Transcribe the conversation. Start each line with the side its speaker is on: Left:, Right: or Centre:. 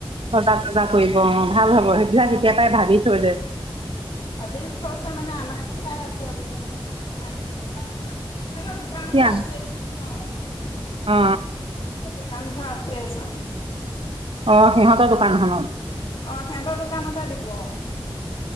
Right: বজাৰ - চজাৰ কৰিব অ'। ভাল হব। সেইবিলাক এতিয়াৰ পৰাই ভাবি থৈ দে।
Left: অঁ ভাবি থৈছে মানে আনাৰ কথাই আছ <inaudible> কেতিয়াবা আনে <inaudible> সেইখন দোকানতে
Right: কিয়া
Left: আছে। হয়। সেইখন
Right: অ
Left: দোকান এখন আছে। চাম।
Right: অ' সিহঁতৰ দোকানখনত।
Left: অ' সিহঁতৰ দোকানতে দিব। উ